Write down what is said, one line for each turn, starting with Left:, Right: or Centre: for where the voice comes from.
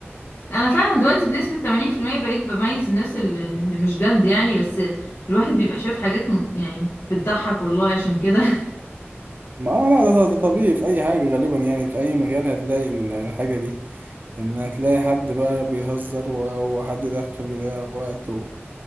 Left: انا فعلا دلوقتي بنسبة 80% بقيت بميز الناس اللي اللي مش جد يعني بس الواحد بيبقى شايف حاجات م- يعني بتضحك والله عشان كده <laughs>
Right: ما آه لا ده ده طبيعي في اي حاجه غالبا يعني في اي مجال هتلاقي ال- الحاجه دي ان هتلاقي حد بقى بيهزر و- وحد داخل بيضيع وقته